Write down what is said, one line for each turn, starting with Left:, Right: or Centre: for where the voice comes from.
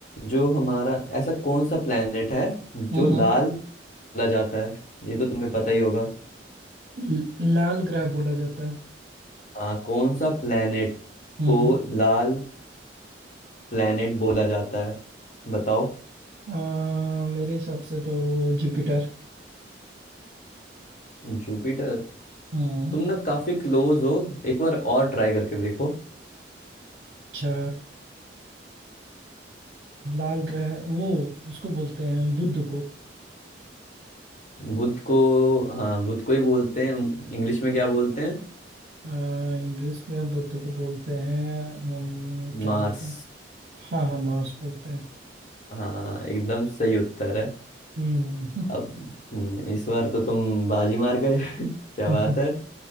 Left: जो हमारा ऐसा कौन सा प्लेनेट है जो
Right: हाँ
Left: लाल बोला जाता है ये तो तुम्हें पता ही होगा
Right: ल- लाल ग्रह बोला जाता है
Left: हाँ कौन सा प्लेनेट
Right: हम्म
Left: को लाल प्लेनेट बोला जाता है बताओ
Right: आ, मेरे हिसाब से तो जुपिटर
Left: जुपिटर
Right: हम्म
Left: तुम ना काफी क्लोज हो एक बार और ट्राई करके देखो
Right: अच्छा लाल ग्रह वो उसको बोलते हैं बुध को
Left: बुध को हाँ बुध को ही बोलते हैं इंग्लिश में क्या बोलते हैं
Right: आ, इंग्लिश में बुध को बोलते हैं हम क्या
Left: मार्स
Right: बोलते हैं हाँ हाँ मार्स बोलते हैं
Left: हाँ एकदम सही उत्तर है
Right: हम्म
Left: अब हम्म, इस बार तो तुम बाजी मार गए <laughs> क्या
Right: <laughs>
Left: बात है